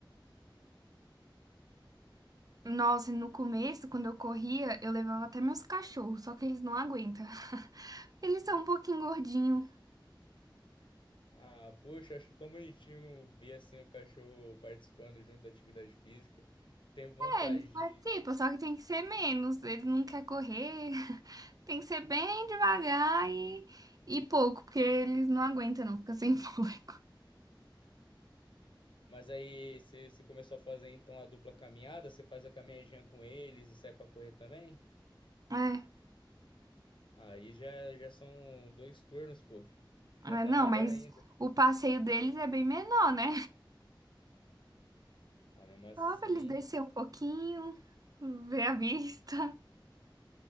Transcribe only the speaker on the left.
Ah, poxa, acho tão bonitinho ver assim o cachorro participando junto da atividade física. Tenho vontade
de.
Mas aí você você começou a fazer então a dupla caminhada, você faz a caminhadinha com eles e sai pra correr também?
Aí já, já são dois turnos, pô. Já
tá
melhor
ainda.
Ah, mesmo assim.